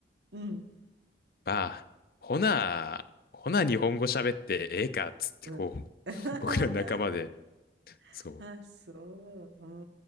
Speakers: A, on the right; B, on the left.
A: うん、
B: まあ、ほな、ほな日本語喋ってええかっつってこ
A: うん。<laughs>
B: う、僕ら仲間で、そう、
A: あ、
B: っ
A: そう。うー